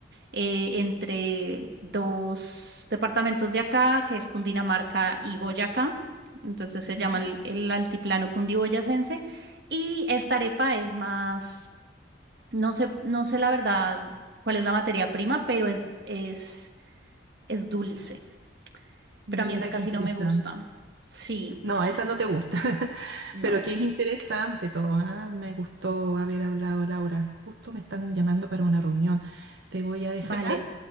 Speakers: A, on the right; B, on the right.
A: eh, entre dos departamentos de acá, que es Cundinamarca y Boyacá. Entonces se
B: Ujú.
A: llama el, el altiplano cundiboyacense. Y esta arepa es más, no sé, no sé la verdad cuál es la materia prima, pero es, es, es dulce.
B: Mira
A: Pero a mí esa
B: qué
A: casi
B: interesante.
A: no me gusta. Sí,
B: No, esa no te gusta, <laughs>
A: no.
B: pero que es interesante todo. ah, Me gustó haber hablado, Laura. Justo me están llamando para una reunión. Te voy a dejar,
A: Vale.